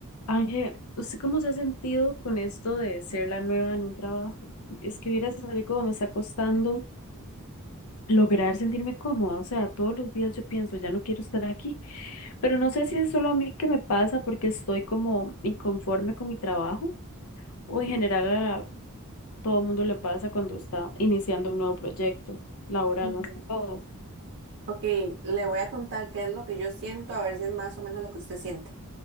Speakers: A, on the left; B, on the right.
A: Ángel, ¿usted cómo se ha sentido con esto de ser la nueva en un trabajo? Es que hubiera sabido cómo me está costando lograr sentirme cómoda. O sea, todos los días yo pienso, ya no quiero estar aquí. Pero no sé si es solo a mí que me pasa porque estoy como inconforme con mi trabajo o en general a todo el mundo le pasa cuando está iniciando un nuevo proyecto laboral
B: Ujú.
A: más que todo.
B: Ok, le voy a contar qué es lo que yo siento, a ver si es más o menos lo que usted siente.